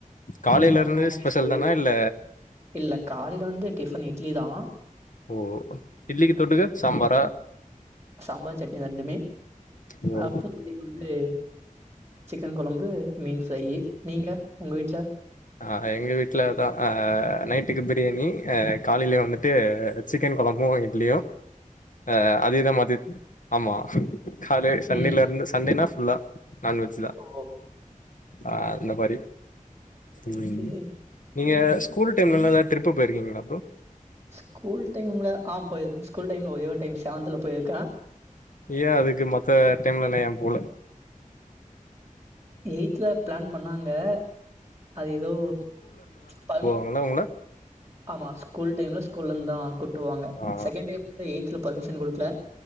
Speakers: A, on the left (about 70°); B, on the right (about 20°).
A: காலைல
B: ம் அப்றோ
A: இருந்து
B: ஃபிஷ்
A: ஸ்பெஷல்
B: ஃப்ரை
A: தானா இல்ல
B: இல்ல காலைல வந்து டிஃபன் இட்லி தா
A: ஓ இட்லிக்கு தொட்டுக்க சம்பாரா
B: சாம்பார் சட்னி ரெண்டுமே
A: ஓ
B: அப்ற இன்னைக்கு வந்து சிக்கன் கொழம்பு மீன் ஃப்ரையி நீங்க உங்க வீட்ல
A: அ எங்க வீட்ல அதா அ நைட்டுக்கு பிரியாணி அ காலைலயு வந்துட்டு சிக்கன் கொழம்பு இட்லியு
B: <inaudible>
A: அ அதேதா மதியத்துக் ஆமா காலே சண்டேலருந்து
B: ம்.
A: சண்டேனா ஃபுல்லா நான்வெஜ்ஜு தா
B: ஓ!
A: அ அந்த மாரி ம்
B: சரிங்க.
A: நீங்க ஸ்கூல் டைம்லலா எதா ட்ரிப்பு போயிருக்கீங்ளா ப்ரோ
B: ஸ்கூல் டைம்ல ஆ போயிருக்கே ஸ்கூல் டைம்ல ஒரே ஒரு டைம் செவன்த்துல போயிருக்கே
A: ஏ அதுக்கு மத்த டைம்லலா ஏ போல
B: வீட்ல பிளான் பண்ணாங்க அது எதோ பள்
A: நல்லவுங்கள
B: ஆமா ஸ்கூல் டைம்ல ஸ்கூல்லருந்து தா கூட்டு போவாங்க
A: ஆ
B: செகண்ட் டைம்ல எய்த்துல பர்மிஷன் குடுக்கல